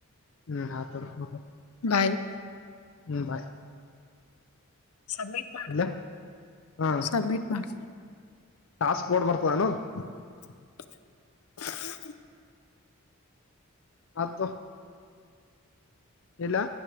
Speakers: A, on the left; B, on the left.
A: ಹ್ಮ್ ಹಾತರನು
B: ಬಾಯ್
A: ಹ್ಮ್ ಬಾಯ್
B: ಸಬ್ಮಿಟ್ ಮಾಡು
A: ಇಡ್ಲೆ ಹಾ
B: ಸಬ್ಮಿಟ್ ಮಾಡ್ಸ್
A: ಟಾಸ್ಕ್ ಕೊಡ್ ಬರ್ತದಾನು
B: <inaudible>
A: ಹಾತೊ ಇಡ್ಲಾ